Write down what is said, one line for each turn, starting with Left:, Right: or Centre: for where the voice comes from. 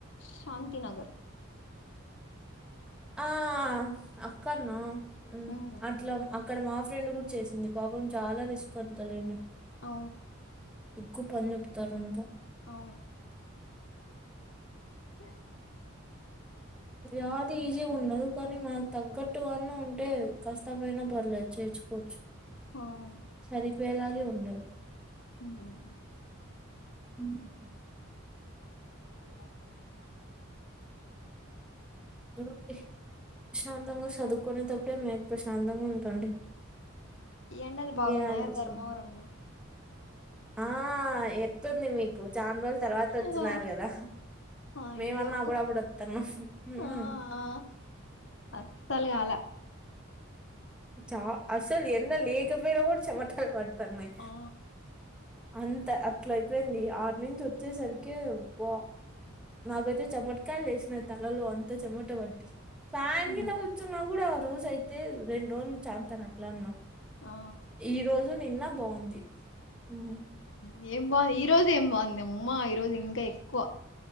Left: శాంతినగర్
Centre: ఆ అక్కన్నా ఉం
Left: ఉమ్
Centre: అట్లం అప్ ఇక్కడ మా ఫ్రెండ్ కూడ్ చేసింది పాపం చాలా రిస్క్ అంత లేను
Left: ఔ
Centre: ఎక్కు పన్ చెప్తారంట
Left: అవును పోఓ
Centre: యాదీ ఈజీ ఉండదు కానీ మనక్ తగ్గట్టుగాన్నా ఉంటే కష్టమైన పర్లేదు చేర్చుకోవచ్చు
Left: అవును
Centre: సరిపోయేలాగే ఉండవ్
Left: హుమ్
Centre: ఉం
Left: తెంగా పెలింగ
Centre: నూ వ్వే అశాంతంగా సదువుకునేటప్పుడే మేర్ ప్రశాంతంగ్ ఉంటండి
Left: ఈ యండల్ బాగున్నాయా
Centre: ఏ ఆలోచన
Left: ధర్మవరము
Centre: ఆ ఎట్లుంది మీకు చాన్ రోజుల్ తర్వాత వొచ్చన్నారు
Left: ఓహో
Centre: కదా
Left: అయ్యో
Centre: మేమన్నా అబడబడ్ ఒత్తణ్ణం ఉ
Left: ఆ
Centre: ఉ
Left: ఆ అస్సలుగాలా
Centre: చా అస్సల్ ఎన్న లేకపోయినా కూడ్ చెమటల్ పడతన్నాయ్
Left: ఆ
Centre: అంత అట్లయిపోయింది ఆర్ నుంచ్ ఒచ్చేసరికే అబ్బ నాకైతే చెమటకాయల్ లేసినాయ్ తలలో అంత చెమట వట్టి ఫ్యాన్
Left: హ్మ్.
Centre: గినా ఉత్ ఉచ్చున్నా కూడా ఆ రోజయితే రెండ్ రోజులు చాంతాన్ ఎట్ల అన్నా
Left: ఆ
Centre: ఈ రోజున్ నిన్న బావుంది ఉహ్మ్
Left: ఉ ఏం బావ్ ఈ రోజ్ ఏం బావుందెమ్మా ఈ రోజ్ ఇంకా ఎక్కువ